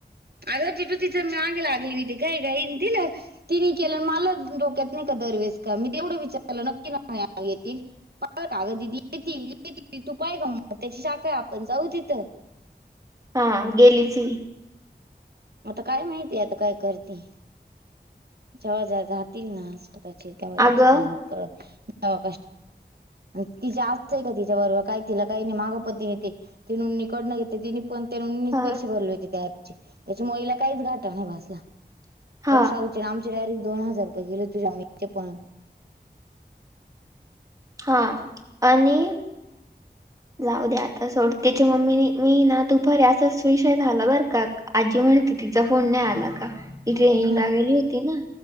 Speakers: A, on the right; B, on the right.
A: अग तू तिचं म मागे लागली मी ते काय काईन तिला तिने केलं मला डोक्यात नाही का दरवेस का मी तेवढं विचारलं नक्की घ येतील पा का ग दिदी येतील येतील तू पाय गं म त्याची शाखा आपण जाऊ तिथं
B: हा गेलीची
A: आता काय माहितीय आता काय करते जेव्हा जातील ना स्वतःचे व्हा त्याची
B: अगं
A: किंमत कळका तिचे असतंय का तिच्याबरोबर काही तिला काही नाही मागं पण तिने ते तिनकडून घेते ति पण त्यानीच
B: हा
A: पैसे भरले होते त्या ऍपचे त्याच्या मुळीला काहीच घाटा नाही भासला
B: हा
A: त्याव्हा शा उच आमचे डायरेक्ट दोन हजार रुपये गेले तुझ्या आ पून
B: हा आणि जाऊ द आता सोड त्यािच्या मम्मी मी ना तू फर आहे असं त विषय झाला बर का आजी म्हणते तिचा फोन नाही आला का ती ट्रेन
A: हं.
B: लागलेली होती ना